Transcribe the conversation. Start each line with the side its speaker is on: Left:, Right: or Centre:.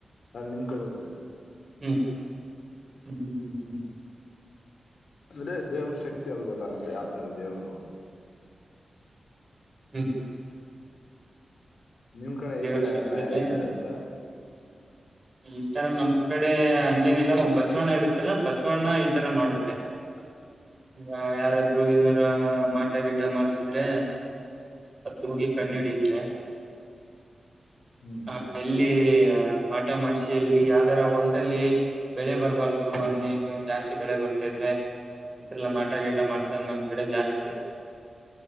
Left: ಅಲ್ಲಿ ನಿಂತಕೊಳ್ಳೋದು.
Right: ಹ್ಮ್ ಹ್ಮ ಹ್ಮ್ ಹ್ಮ್ ಹ್ಮ್.
Left: ಅಂದ್ರೆ ದೇವ್ರ ಶಕ್ತಿ ಅಲ್ಲ ಗೊತ್ತಾಗುತ್ತೆ ಯಾವ್ ತರ ದೇವರು.
Right: ಹ್ಮ್ ಹ್ಮ್.
Left: ನಿಮ್ ಕಡೆ
Right: ದೇವ್ರ
Left: ಈತರ
Right: ಶಕ್ತಿಲೆ
Left: ಇದ್ದಾರ ಐತ
Right: ಈ ತರ ನಮ್ ಕಡೆ ಹಂಗೇನಿಲ್ಲ ಓ ಬಸವಣ್ಣ ಇರತ್ತಲ್ಲ ಬಸವಣ್ಣ ಈ ತರ ಮಾಡುತ್ತೆ.
Left: ಹ
Right: ಯಾ ಯಾರಾದ್ರರು ಏನಾರ ಮಾಟ ಗಿಟ್ ಟ ಮಾಡ್ಸಿದ್ರೆ ಅದು ಹೋಗಿ ಕಣ್ಣ
Left: ಹ್ಮ್
Right: ಹಿಡಿಯುತ್ತೆ.
Left: ಹ್ಮ್
Right: ಹ ಅಲ್ಲಿ ಯಾ ಮಾಡಿಸಿ ಎಲ್ಲ ಯಾ ಅದರ ಹೊಲ್ದಲ್ಲಿ ಬೆಳೆ ಬರ್ಬಾರ್ದು
Left: ಹ
Right: ಹಂಗೆ ಹಿಂಗೇ ಮ ಜಾಸ್ತಿ ಬೆಳೆ ಬರ್ತ ಇದ್ರೆ ಅತ್ರಲ್ಲ ಮಾಟ ಗೀಟ ಮಾಡ್ಸೋದ್ ನಮ್ ಕಡೆ ಜಾಸ್ತಿ